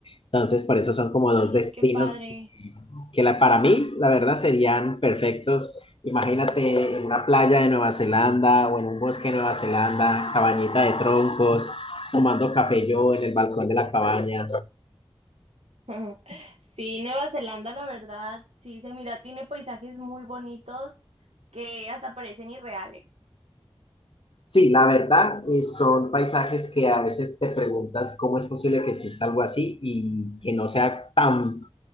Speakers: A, on the left; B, on the right.
A: Entonces, por eso son como
B: Sí,
A: dos destinos
B: qué padre.
A: que, que la, para mí, la verdad, serían perfectos. Imagínate en una playa de Nueva Zelanda o en un bosque de Nueva Zelanda, cabañita de troncos, tomando café yo en el balcón de la cabaña.
B: <laughs> Sí, Nueva Zelanda, la verdad, sí se mira, tiene paisajes muy bonitos que hasta parecen irreales,
A: Sí, la verdad, eh, son paisajes que a veces te preguntas cómo es posible que exista algo así y que no sea tan,